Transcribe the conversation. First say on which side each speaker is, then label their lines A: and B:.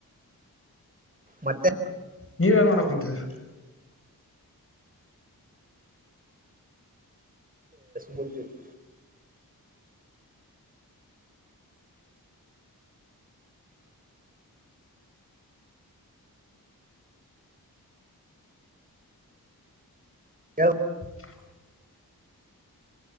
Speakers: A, on the right; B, on the left.
A: ಮತ್ತೆ
B: ನೀವೇನ್ ಮಾಡಕ್ಕುಂತೀರೀ
A: ಕೂತಿದೆ ಹೇಳು
B: <inaudible>